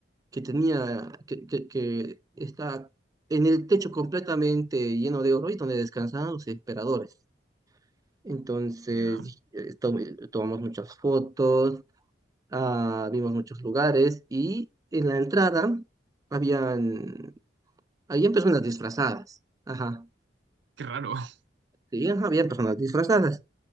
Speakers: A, on the right; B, on the right.
A: que tenía, que, que, que está en el techo completamente lleno de oro y donde descansaban los emperadores. Entonces,
B: ya.
A: dij- eh, tom- eh, tomamos muchas fotos, ah, vimos muchos lugares y en la entrada habían, habían personas disfrazadas. Ajá,
B: Qué raro, <laughs>
A: sí, ajá, habían personas disfrazadas.